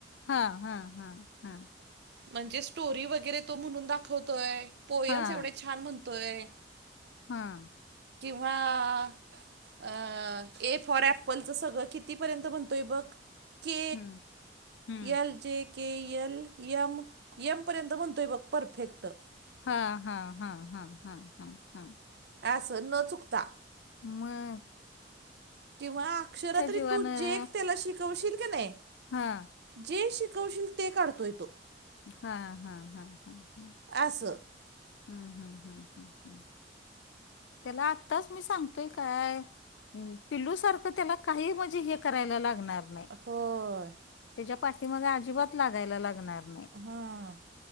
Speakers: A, on the left; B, on the right.
A: हा हा हा.. हा
B: म्हणजे स्टोरी वगैरे तो म्हणून दाखवतोय पोयमस
A: हा
B: एवढे छान म्हणतो होय..
A: हा..
B: किंव्हा अ ए फोर एप्पल च सगळं कितीपर्यंत म्हणतोय बघ K
A: hmm hmm
B: L J K L M पर्यंत म्हणतोय बघ पर्फेक्ट
A: हा हा हा हा हा हा हा.......
B: अस न चुकता
A: म
B: किंवा अक्षर तरी
A: जीवानं
B: तू जेक त्याला शिकवशील की नाही
A: हा..
B: जे शिकवशील ते काढतो तो
A: हा हा हा हा हा...
B: अस
A: हम्म हम्म हम् हम् हम्... त्याला आताच मी सांगतोय काय? पिलू सारखं त्याला काही म्हणजे हे करायला लागणार नाही
B: होय..
A: त्याच्या पाठीमाग अजिबात लागायला लागणार नाही..
B: हा..